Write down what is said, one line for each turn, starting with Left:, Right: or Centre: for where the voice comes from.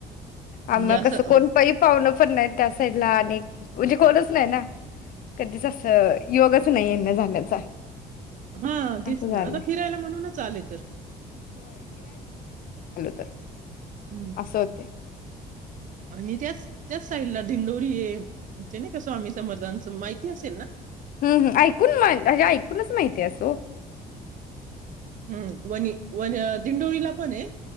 Left: आना
Right: म्हणजे असं
Left: कसं कोण
Right: अ,
Left: पईपा कोणच नाही त्या साईडला आणि म्हणजे कोणच नाही ना कधीच असं योगच नाही येण्या जाण्याचा.
Right: हां तेच
Left: असं झालंय
Right: ना आता फिरायला म्हणूनच आले तर
Left: त
Right: हं.
Left: असं होतय.
Right: आणि त्याच त्याच साईडला दिंडोरी ए ते नाही का स्वामी समर्थांचं माहिती असेल ना?
Left: हम्मम ऐकून म्हण ऐकूनच माहितीय असं ओ
Right: हम्म वनी वन दिंडोरीला पण अ ए